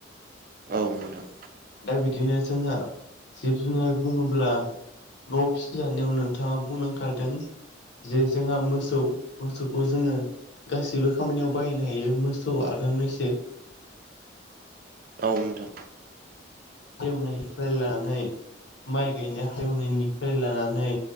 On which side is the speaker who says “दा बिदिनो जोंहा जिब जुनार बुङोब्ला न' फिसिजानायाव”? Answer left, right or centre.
Left